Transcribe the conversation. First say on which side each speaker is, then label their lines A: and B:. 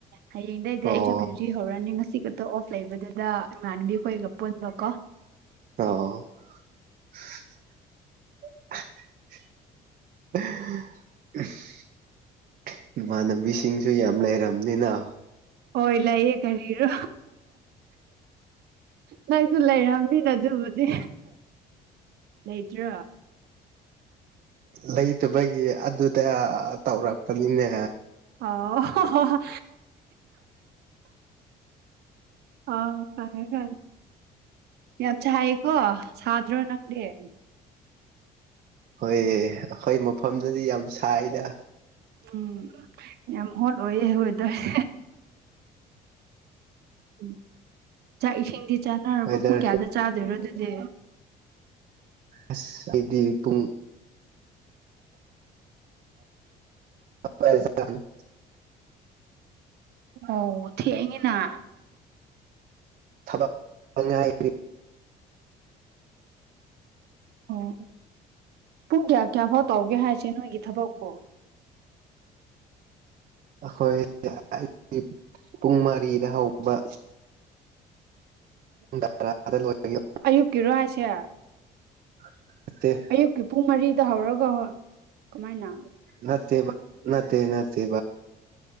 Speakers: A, on the right; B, on the right.
A: ꯍꯌꯦꯡꯗꯩꯗꯤ
B: ꯑꯣ
A: ꯑꯩꯁꯨ ꯀꯔꯤꯁꯨ ꯍꯧ ꯍꯧꯔꯅꯤ ꯉꯁꯤꯈꯛꯇ ꯑꯣꯐ ꯂꯩꯕꯗꯨꯗ ꯏꯃꯥꯟꯅꯕꯤ ꯑꯩꯈꯣꯏꯒ ꯄꯨꯟꯕ ꯀꯣ
B: ꯑꯥꯎ ꯎꯝ ꯏꯃꯥꯟꯅꯕꯤꯁꯤꯡꯁꯨ ꯌꯥꯝ ꯂꯩꯔꯕꯅꯤꯅ
A: ꯍꯣꯏ ꯂꯩꯌꯦ ꯀꯔꯤꯔꯣ ꯅꯪꯁꯨ ꯂꯩꯔꯝꯅꯤꯅ ꯑꯗꯨꯕꯨꯗꯤ ꯂꯩꯇ꯭ꯔꯣ
B: ꯂꯩꯇꯕꯒꯤ ꯑꯗꯨꯗ ꯇꯧꯔꯛꯄꯅꯤꯅꯦ
A: ꯑꯣ ꯍꯣ ꯑꯥ ꯀꯥꯏ ꯀꯥꯏ ꯌꯥꯝ ꯁꯥꯏꯌꯦꯀꯣ ꯁꯥꯗ꯭ꯔꯣ ꯅꯪꯗꯤ
B: ꯍꯣꯏ ꯑꯩꯈꯣꯏ ꯃꯐꯝꯗꯗꯤ ꯌꯥꯝ ꯁꯥꯏꯅ
A: ꯎꯝ ꯌꯥꯝ ꯍꯣꯠ ꯑꯣꯏꯌꯦ ꯑꯩꯈꯣꯏ ꯑꯗꯋꯥꯏ ꯎꯝ ꯆꯥꯛ ꯏꯁꯤꯡꯗꯤ ꯆꯥꯅꯔꯕ
B: ꯋꯦꯗꯔ
A: ꯄꯨꯡ ꯀꯌꯥꯗ ꯆꯥꯗꯣꯏꯔꯣ ꯑꯗꯨꯗꯤ
B: ꯑꯁ ꯑꯩꯗꯤ ꯄꯨꯡ ꯇꯔꯥ
A: ꯑꯣ ꯊꯦꯡꯉꯦꯅ
B: ꯊꯕꯛ ꯉꯥꯏ
A: ꯎꯝ ꯑꯣ ꯄꯨꯡ ꯀꯌꯥ ꯀꯌꯥ ꯐꯥꯎ ꯇꯧꯒꯦ ꯍꯥꯏꯁꯦ ꯅꯣꯏꯒꯤ ꯊꯕꯛꯄꯣ
B: ꯑꯩꯈꯣꯏ ꯄꯨꯡ ꯃꯔꯤꯗ ꯍꯧꯕ
A: <inaudible>
B: ꯄꯨꯡ ꯇꯔꯥ ꯗ ꯂꯣꯏꯕꯒꯤ
A: ꯑꯌꯨꯛꯀꯤꯔꯣ ꯍꯥꯏꯁꯦ
B: ꯅꯠꯇꯦ
A: ꯑꯌꯨꯛꯀꯤ ꯄꯨꯡ ꯃꯔꯤꯗ ꯍꯧꯔꯒ ꯀꯃꯥꯏꯅ
B: ꯅꯠꯇꯦ ꯅꯠꯇꯦ ꯅꯠꯇꯦ